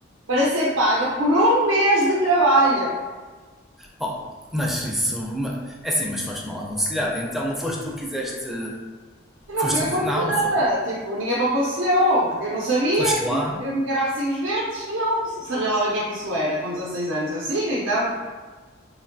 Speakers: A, on the right (about 75°); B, in the centre.
A: para ser paga por um mês de trabalho.
B: Oh, mas isso. ma- É assim, mas foste mal aconselhado. Então, ou foste tu que quiseste.
A: Eu não
B: Foste
A: fui
B: tu
A: aconselhada,
B: que. Não, fo-
A: tipo, ninguém me aconselhou. Eu não sabia,
B: foste lá
A: eu me queria recibos verdes e eu sabia lá bem o que é que isso era. Com 16 anos eu sigo, então,